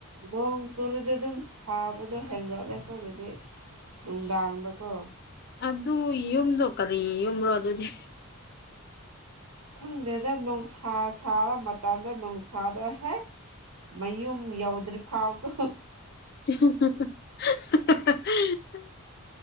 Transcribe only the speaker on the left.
ꯑꯁ ꯑꯗꯨ ꯌꯨꯝꯗꯣ ꯀꯔꯤ ꯌꯨꯝꯔꯣ ꯑꯗꯨꯗꯤ꯫
<unintelligible>